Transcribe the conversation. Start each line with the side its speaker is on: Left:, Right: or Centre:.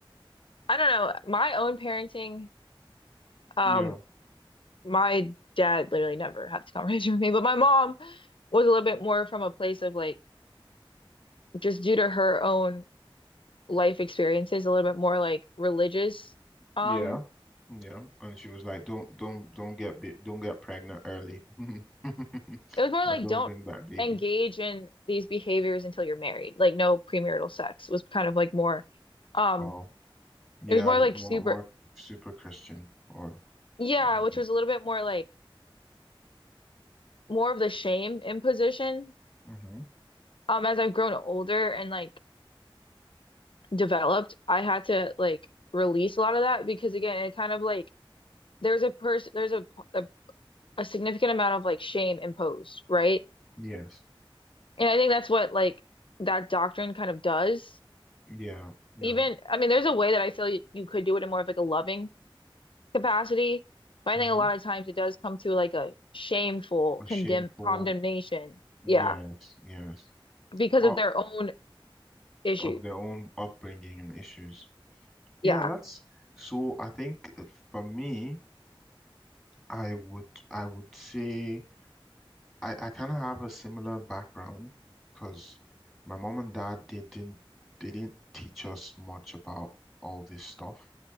Left: I don't know. My own parenting, um,
Centre: yeah,
Left: my dad literally never had this <laughs> conversation with me, but my mom was a little bit more from a place of like just due to her own life experiences, a little bit more like religious. Um,
Centre: yeah, yeah. And she was like, don't, don't, don't get, ba- don't get pregnant early, <laughs>
Left: it was more
Centre: or
Left: like
Centre: don't
Left: don't
Centre: bring back babies.
Left: engage in these behaviors until you're married. Like no premarital sex was kind of like more um
Centre: Oh, yeah,
Left: it was more
Centre: more,
Left: like super
Centre: more super Christian or.
Left: yeah,
Centre: religious.
Left: which was a little bit more like more of the shame imposition.
Centre: Mm-hmm.
Left: Um, as I've grown older and like developed, I had to like release a lot of that because again, it kind of like there's a person there's a, a a significant amount of like shame imposed, right?
Centre: Yes.
Left: And I think that's what like that doctrine kind of does.
Centre: Yeah. Yeah.
Left: Even, I mean, there's a way that I feel you, you could do it in more of like a loving capacity, but
Centre: Mm-hmm.
Left: I think a lot of times it does come to like a shameful
Centre: A
Left: condemn
Centre: shameful.
Left: condemnation.
Centre: Yes.
Left: Yeah,
Centre: Yes.
Left: because
Centre: Part
Left: of their own issues.
Centre: of their own upbringing and issues.
Left: Yeah.
Centre: Yeah, that's so I think uh, for me, I would I would say I, I kind of have a similar background because my mom and dad they didn't they didn't teach us much about all this stuff.